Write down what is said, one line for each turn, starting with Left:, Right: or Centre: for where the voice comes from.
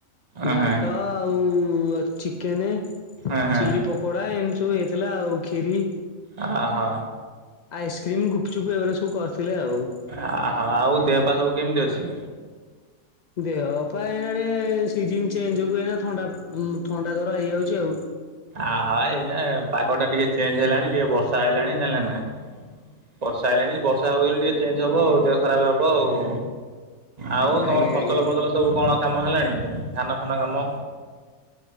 Right: ଅହଁ
Left: ଘାଣ୍ଟ ଆଉ ଚିକେନ୍ ଚିଲ୍ଲୀ
Right: ଅହଁ।
Left: ପକ୍ କଡା ଏମିତି ସବୁ ହେଇଥିଲା ଆଉ ଖରି।
Right: ଅ ହ।
Left: ଆଇସ୍କ୍ରିମ୍ ଗୁପଚୁପ୍ ଏଗୁରା ସବୁ କରିଥିଲେ ଆଉ।
Right: ଆଁ ଆଁ ଆଉ ଦେହପା ସବୁ କେମିତି ଅଛି?
Left: ଦେହ ପାଇଁ ଏଁ ଏଁ ସିଜିନ ଚେଞ୍ଜୁ ଏଇନା ଥଣ୍ଡା ଥଣ୍ଡା ଜର ହେଇଯାଉଛି ଆଉ
Right: ଆ ହାଃ ଏଇନା ପାଗ ଟା ଟିକେ ଚେଞ୍ଜ ହେଲାଣି ଟିକେ ବର୍ଷା ହେଲାଣି ଜାଣିଲେ ନାଁ ବର୍ଷା ଆଇଲାଣି ବର୍ଷା ହଉ ଟିକେ ଚେଞ୍ଜ ହବ ଆଉ ଦେହ ଖରାପ ହବ ଆଉ ଆଉ
Left: ଆଜ୍ଞା
Right: ତମର ଫସଲ
Left: ଆଜ୍ଞା
Right: ଫସଲ ସବୁ କଣ କାମ ହେଲାଣି ଧାନ ଫାନ କାମ